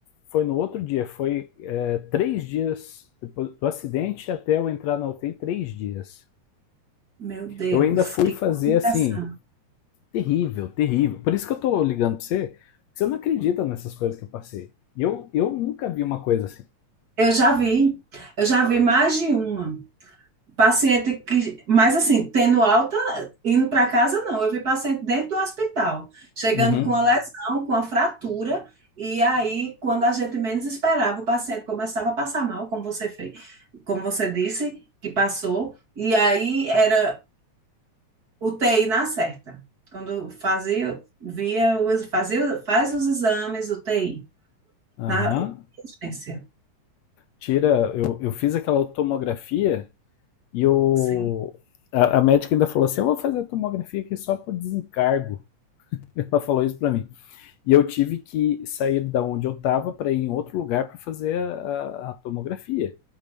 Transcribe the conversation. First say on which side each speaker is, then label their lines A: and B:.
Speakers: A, on the left; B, on the right.
A: foi no outro dia, foi é, três dias depois do acidente até eu entrar na UTI, três dias.
B: Meu Deus,
A: Eu ainda fui
B: que
A: fazer
B: complicação.
A: assim, terrível, terrível. Por isso que eu tô ligando pra você, porque você não acredita nessas coisas que eu passei. Eu, eu nunca vi uma coisa assim.
B: Eu já vi, eu já vi mais de uma. Paciente que, mas assim, tendo alta, indo para casa, não. Eu vi paciente dentro do hospital, chegando
A: Uhum.
B: com a lesão, com a fratura, e aí, quando a gente menos esperava, o paciente começava a passar mal, como você fez, como você disse, que passou, e aí era U T I na certa. Quando fazia, via, os- fazia, faz os exames, UTI,
A: Aham.
B: na urgência.
A: Tira, eu, eu fiz aquela tomografia e eu,
B: Sim,
A: a, a médica ainda falou assim: eu vou fazer a tomografia aqui só por desencargo. <laughs> Ela falou isso pra mim. E eu tive que sair da onde eu estava para ir em outro lugar para fazer a, a, tomografia.